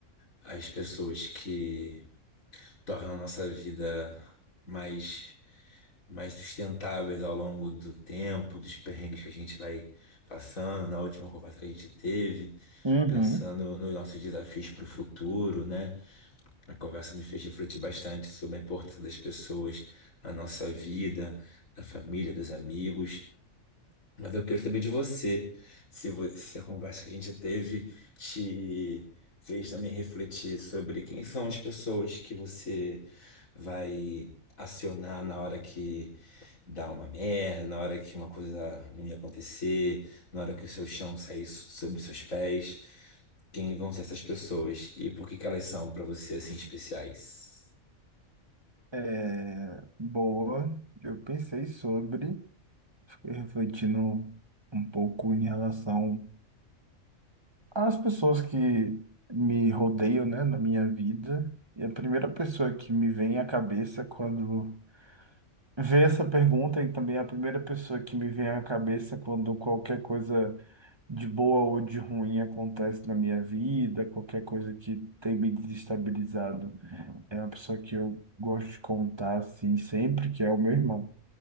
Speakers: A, on the left; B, on the right.
A: as pessoas que tornam a nossa vida mais, mais sustentáveis ao longo do tempo, dos perrengues que a gente vai passando, na última conversa que a gente teve,
B: Uhum.
A: pensando nos nossos desafios para o futuro, né? A conversa me fez refletir bastante sobre a importância das pessoas na nossa vida, da família, dos amigos. Mas eu quero saber de você, se, vo- se a conversa que a gente teve te fez também refletir sobre quem são as pessoas que você vai acionar na hora que dá uma merda, na hora que uma coisa ruim acontecer, na hora que o seu chão sair so- sob seus pés. Quem vão ser essas pessoas e por que que elas são para você assim especiais?
B: É, boa, eu pensei sobre, fiquei refletindo um pouco em relação às pessoas que me rodeiam, né, na minha vida. E a primeira pessoa que me vem à cabeça quando vê essa pergunta, e também a primeira pessoa que me vem à cabeça quando qualquer coisa de boa ou de ruim acontece na minha vida, qualquer coisa que tem me desestabilizado. É uma pessoa que eu gosto de contar, assim, sempre, que é o meu irmão.